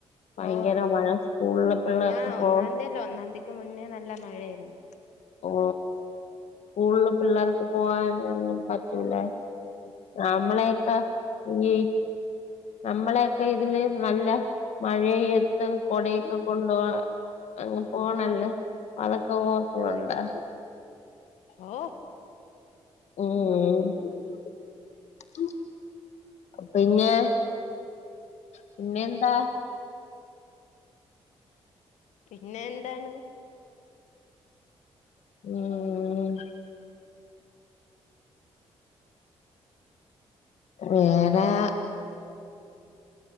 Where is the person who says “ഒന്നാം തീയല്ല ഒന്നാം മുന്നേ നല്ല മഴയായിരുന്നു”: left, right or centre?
Left